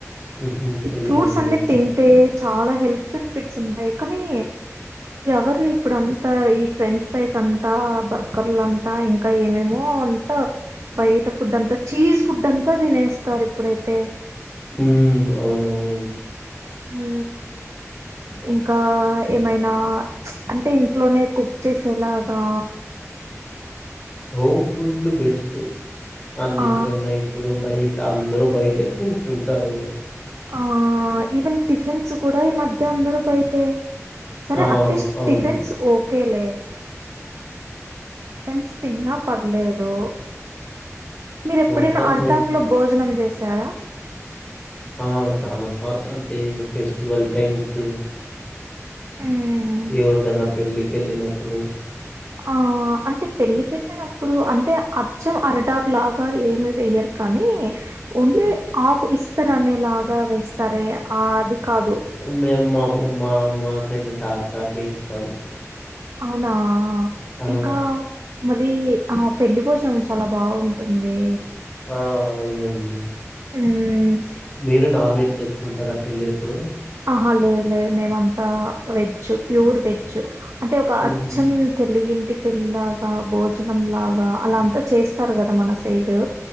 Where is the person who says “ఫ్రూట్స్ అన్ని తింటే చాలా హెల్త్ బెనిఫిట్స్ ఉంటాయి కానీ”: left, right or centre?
Right